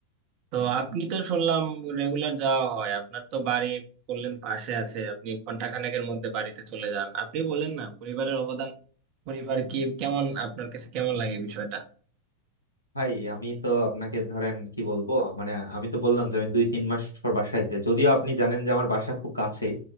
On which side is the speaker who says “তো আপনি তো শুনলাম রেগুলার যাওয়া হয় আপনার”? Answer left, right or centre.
Right